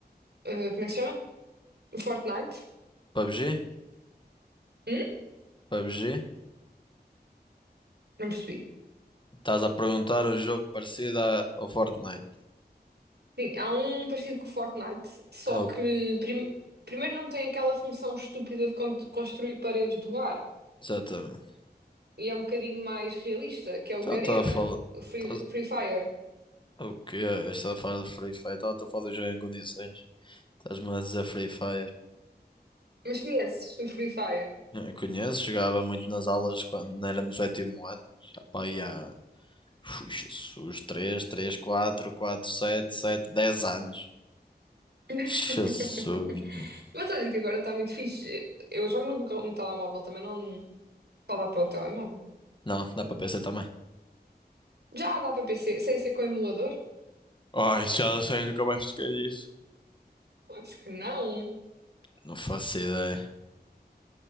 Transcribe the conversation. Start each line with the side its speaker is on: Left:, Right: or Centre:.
Right: Eh, como é que se chama? O Fortnite.
Left: PUBG?
Right: Hum?
Left: PUBG?
Right: Não percebi.
Left: Estás a perguntar um jogo parecido à- ao Fortnite.
Right: Sim, há um parecido com o Fortnite, só
Left: É
Right: que
Left: o-
Right: prim- primeiro não tem aquela função estúpida de con- construir paredes do ar
Left: Exatamente.
Right: e é um bocadinho mais realista, que é
Left: Então
Right: o Garena,
Left: estás a falar.
Right: o Free,
Left: Estás...
Right: Free Fire.
Left: O quê? Estás a falar do Free Fire? Estava a falar do jogo em condições. Estás-me a dizer Free Fire.
Right: Mas conheces o Free Fire?
Left: Não, Conheço, jogava muito nas aulas quando não era no sétimo ano. Já pá, aí há Ui, Jesus, 3, 3, 4, 4, 7, 7, 10 anos.
Right: <laughs>
Left: Jesus, meu.
Right: Mas olha que agora está muito fixe. Eu jogo no, co- no telemóvel também, não só dá para o telemóvel.
Left: Não, dá para PC também.
Right: Já dá para PC, sem ser com emulador?
Left: Ai, já não sei nunca mais toquei nisso.
Right: Acho que não.
Left: Não faço ideia.